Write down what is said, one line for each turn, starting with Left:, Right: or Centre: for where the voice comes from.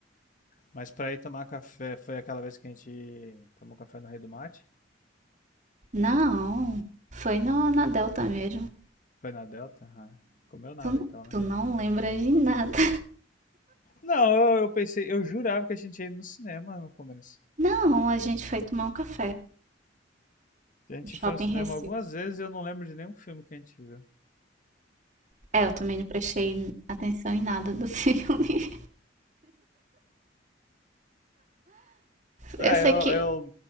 Left: mas pra ir tomar café, foi aquela vez que a gente tomou café no Rei do Mate?
Right: Não, foi no, na Delta mesmo.
Left: Foi na Delta? Ah, comeu nada
Right: Tu, não-
Left: então, né?
Right: tu não lembra de nada. <laughs>
Left: Não, eu, eu pensei, eu jurava que a gente ia ir no cinema no começo.
Right: Não, a gente foi tomar um café
Left: Que a gente
Right: no
Left: foi
Right: shopping
Left: no cinema
Right: Recife.
Left: algumas vezes e eu não lembro de nenhum filme que a gente viu.
Right: É, eu também não prestei atenção em nada do <laughs> filme.
Left: Tá,
Right: Eu sei
Left: eu,
Right: que.
Left: eu,